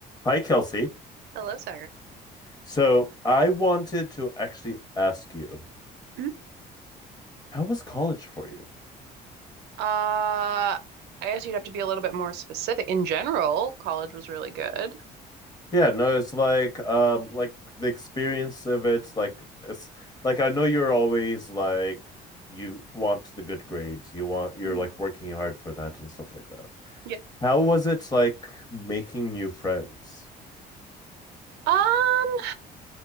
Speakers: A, on the left; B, on the right.
A: Hi, Kelsey.
B: Hello, Sagar.
A: So I wanted to actually ask you,
B: Mhm.
A: how was college for you?
B: Uh, I guess you'd have to be a little bit more specific. In general, college was really good.
A: Yeah, no, it's like um like the experience of it, like it's like I know you're always like you want the good grades, you want you're
B: Mm,
A: like working hard for that and stuff like that.
B: Yeah.
A: How was it like making new friends?
B: Um,